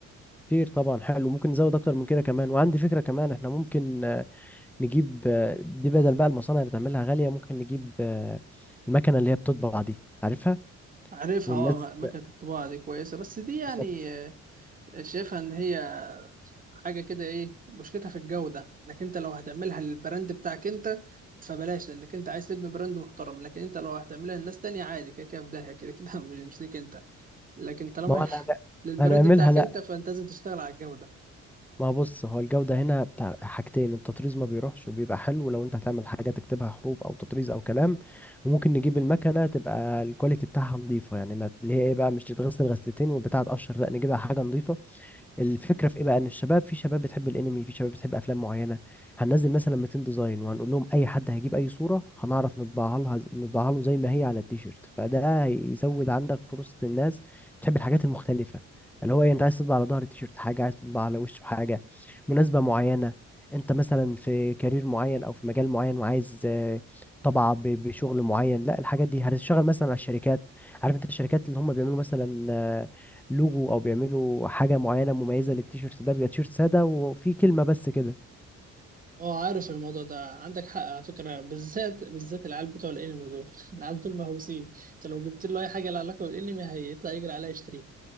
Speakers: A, in the centre; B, on the right.
A: كتير طبعا حلو ممكن نزود اكتر من كده كمان وعندي فكره كمان احنا ممكن نجيب آه، دي بدل بقى المصانع بتعملها غالية ممكن نجيب آه، المكنة اللي هي بتطبع دي عارفها
B: عارفها
A: والناس
B: اه مكنة الطباعة دي كويسة بس دي يعني
A: بالظبط
B: آه، شايفها إن هي حاجة كده ايه مشكلتها في الجودة انك انت لو هتعملها للبراند بتاعك انت فبلاش لانك انت عايز تبني براند محترم لكن انت لو هتعملها لناس تانية عادي كده كده في داهية كده كده <laughs> مش مش ليك انت لكن طالما
A: ما هو انا أنا-
B: <laughs> للبراند
A: هنعملها
B: بتاعك
A: لا
B: انت فانت لازم تشتغل على الجودة
A: ما هو بص هو الجودة هنا بتاع حاجتين التطريز ما بيروحش وبيبقى حلو لو انت هتعمل حاجة تكتبها حروف او تطريز او كلام وممكن نجيب المكنة تبقى الكواليتي بتاعها نظيفة يعني ما اللي هي ايه بقى مش تتغسل غسلتين والبتاعة تقشر لا نجيبها حاجة نظيفة الفكره في ايه بقى ان الشباب في شباب بتحب الانمي في شباب بتحب افلام معينه هننزل مثلا 200 ديزاين وهنقول لهم اي حد هيجيب اي صوره هنعرف نطبعها لها نطبعها له زي ما هي على التيشيرت فده هيزود عندك فرصه الناس تحب الحاجات المختلفه اللي هو إيه، انت عايز تطبع على ظهر التيشيرت حاجه عايز تطبع على وشه حاجه مناسبه معينه انت مثلا في كارير معين او في مجال معين وعايز آه، طبعة ب- بشغل معين لا الحاجات دي هتشتغل مثلا على الشركات عارف انت الشركات اللي هم بيعملوا مثلا لوجو او بيعملوا حاجه معينه مميزه للتيشيرت ده بيبقى تيشيرت ساده وفي كلمه بس كده
B: اه عارف الموضوع ده عندك حق على فكرة بالذات بالذات العيال بتوع الانمي دول <laughs> العيال دول مهووسين انت لو جبت له اي حاجة لها علاقة بالانمي هيطلع يجري عليها يشتريها